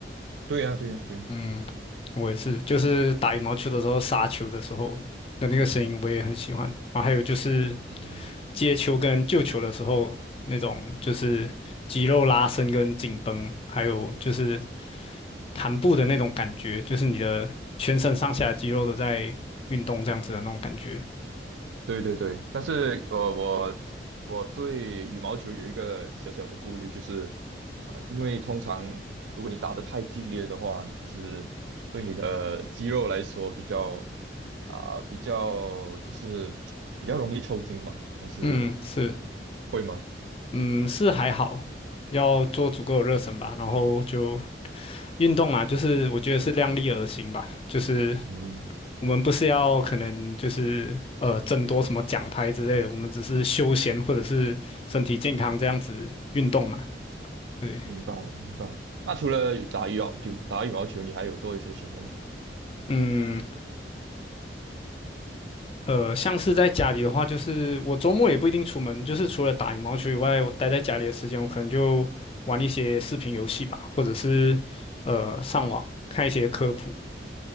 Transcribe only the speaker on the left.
嗯，我也是，就是打羽毛球的时候杀球的时候的那个声音，我也很喜欢啊，还有就是
接球跟救球的时候那种就是肌肉拉伸跟紧绷，还有就是弹步的那种感觉，就是你的全身上下肌肉都在运动这样子的那种感觉，
嗯，是。
嗯，是还好，要做足够的热身吧。然后就运动嘛，就是我觉得是量力而行吧。就是
我们不是要可能就是呃争夺什么奖牌之类的，我们只是休闲或者是身体健康这样子运动嘛。对，
嗯，呃，像是在家里的话，就是我周末也不一定出门，就是除了打羽毛球以外，我待在家里的时间，我可能就玩一些视频游戏吧，或者是呃上网看一些科普，